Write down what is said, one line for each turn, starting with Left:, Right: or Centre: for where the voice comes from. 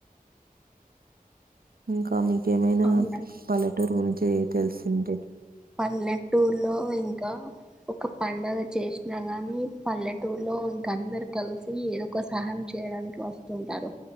Right: ఇంకా మీకేమైనా
Centre: అవునా?
Right: పల్లెటూరు గురించి తెలిసుంటే
Centre: పల్లెటూర్లో ఇంకా ఒక్క పండగ చేషినా గానీ పల్లెటూర్లో ఇంక అందరు కలిసి ఏదొక సహా చేయ్యడానికి ఒస్తుంటారు.